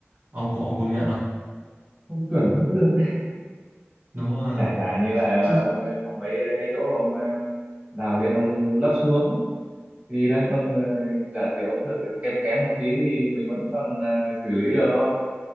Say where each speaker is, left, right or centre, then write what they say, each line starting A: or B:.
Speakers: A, on the right (about 55°); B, on the right (about 25°).
A: Ông có ông công nhận không?
B: không chuẩn không được
A: Đúng rồi.
B: chẳng thà
A: <laughs>
B: như là
A: Chứ-
B: ông ờ, có mấy cái chỗ mà ông ờ, đào lên ông lấp xuống thì đang còn ờ, giả sử ông thợ kém kém một tí thì mình vẫn còn ờ, xử lý được đúng không